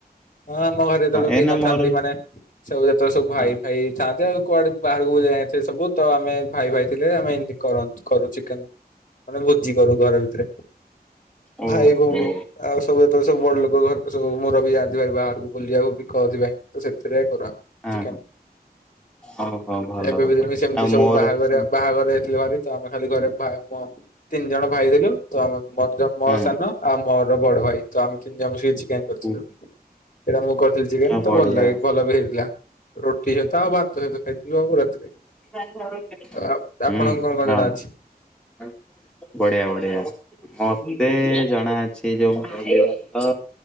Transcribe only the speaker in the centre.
ଏଇନା
ମୋର
ହଁ
ଓହୋ
ହଁ
ଓହୋ ଭଲ
ଭଲ
ଆଉ
ମୋର
ତ
ହଁ
ହୁଁ।
ଆଉ
ବଢିଆ
<unintelligible>
ହୁଁ
ହଉ
ବଢିଆ ବଢିଆ ମ ମତେ ଜଣା ଅଛି ଯୋଉ ତ